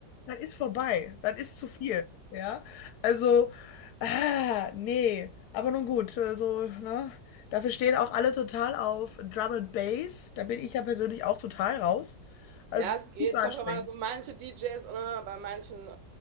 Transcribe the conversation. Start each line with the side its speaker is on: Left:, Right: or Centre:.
Left: Das ist vorbei, Das ist zu viel, ja. Also, ah, nee, aber nun gut, also, ne. Dafür stehen auch alle total auf Drum and Bass. Da bin ich ja persönlich auch total raus. Also,
Right: Ja,
Left: es
Right: es
Left: ist
Right: geht.
Left: viel zu anstrengend.
Right: Kommt drauf an, also manche DJs, ne, bei manchen, äh,